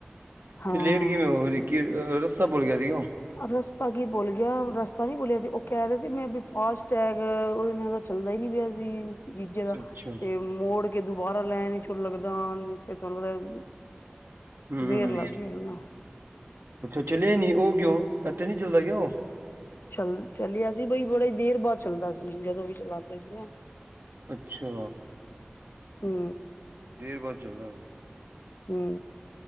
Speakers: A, on the left; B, on the right.
A: ਹਾਂ
B: ਤੇ ਲੇਟ ਕਿਵੇਂ ਹੋ ਗਏ ਸੀ, ਕਿ ਰੱਸਤਾ ਭੁਲ ਗਿਆ ਸੀਗਾ ਉਹ
A: ਰਸਤਾ ਕੀ ਭੁਲ ਗਿਆ ਰਸਤਾ ਨੀ ਭੁਲਿਆ ਸੀ, ਉਹ ਕਹਿ ਰਹੇ ਸੀ ਮੈਂ ਵੀ ਫਾਸਟ ਟੈਯਰ ਉਹਦੇ ਨਾਲ ਤਾਂ ਚੱਲਦਾ ਹੀ ਨੀ ਪਿਆ ਸੀ ਜੀਜੇ ਦਾ
B: ਅੱਛਾ
A: ਤੇ ਮੋੜ ਕੇ ਦੁਬਾਰਾ ਲੈਣ ਚ ਲੱਗਦਾ ਫਿਰ ਤੁਹਾਨੂੰ ਪਤਾ,
B: ਹੂੰ
A: ਦੇਰ ਲੱਗ ਗਈ ਉਹਨੂੰ ਤਾਂ
B: ਅੱਛਾ ਚੱਲੀ ਈ ਨੀ ਉਹ ਕਯੋਂ, ਇੱਥੇ ਨੀ ਚਲਦਾ ਕਿ ਉਹ
A: ਚੱਲ ਚੱਲਿਆ ਸੀ ਬਈ ਬੜੇ ਹੀ ਦੇਰ ਬਾਅਦ ਚੱਲਦਾ ਸੀ, ਜਦੋਂ ਵੀ ਚਲਾਉਂਦੇ ਸੀ ਨਾ
B: ਅੱਛਾ
A: ਹੂ
B: ਦੇਰ ਬਾਦ ਜਲਦਾ ਐ
A: ਹੂ